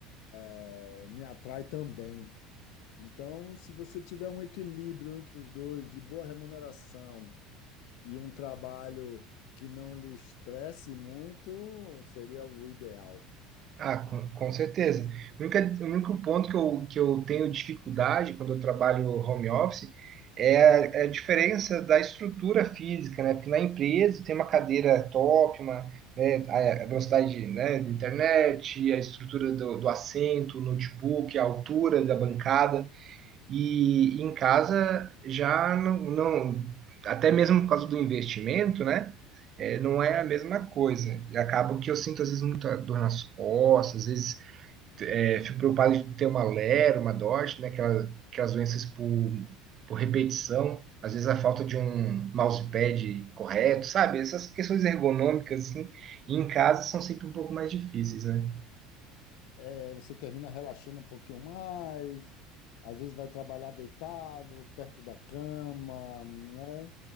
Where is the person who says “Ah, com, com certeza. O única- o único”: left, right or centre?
Right